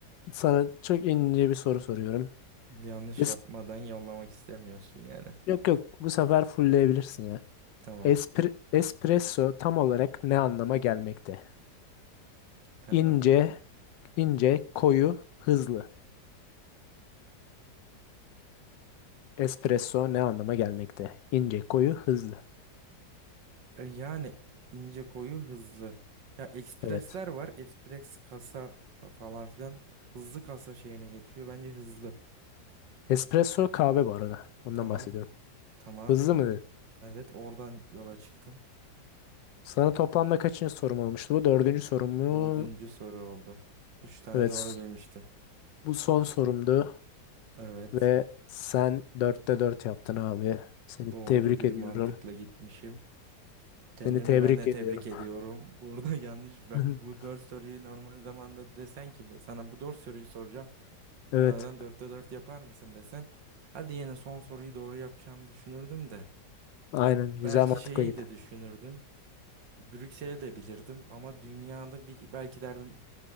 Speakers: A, on the left; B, on the right.
A: sana çok ince bir soru soruyorum.
B: yanlış
A: Es-
B: yapmadan yollamak istemiyorsun yani.
A: yok yok bu sefer fullleyebilirsin ya.
B: Tamam
A: Espre- espresso tam olarak ne anlama gelmekte?
B: tamam.
A: İnce, ince, koyu, hızlı. Espresso ne anlama gelmekte? İnce, koyu, hızlı.
B: E, Yani ince koyu hızlı. Ya ekspresler
A: Evet.
B: var. Espres kasa fa- falan filan. Hızlı kasa şeyine geçiyor. Bence hızlı.
A: Espresso kahve bu arada. Ondan
B: Tamam.
A: bahsediyorum.
B: Tamam.
A: Hızlı mı dedin?
B: Evet oradan yola çıktım.
A: Sana toplamda kaçıncı sorum olmuştu? Bu dördüncü sorum mu?
B: Dördüncü soru oldu. Üç tane
A: Evet.
B: doğru bilmiştim.
A: Bu son sorumdu
B: Evet.
A: ve sen dörtte dört yaptın abi. Seni
B: Doğru
A: tebrik
B: bir
A: ediyorum.
B: mantıkla gitmişim. Kendimi
A: Seni tebrik
B: ben de
A: ediyorum.
B: tebrik ediyorum. Burada <laughs> yanlış bak
A: <laughs>
B: bu dört soruyu normal zamanda desen ki bu, sana bu dört soruyu soracağım. Bunlardan
A: Evet,
B: dörtte dört yapar mısın desen. Hadi yine son soruyu doğru yapacağımı düşünürdüm de.
A: aynen güzel
B: Belki
A: mantıkla
B: şeyi
A: git.
B: de düşünürdüm. Brüksel'i de bilirdim ama dünyada bir belki derdim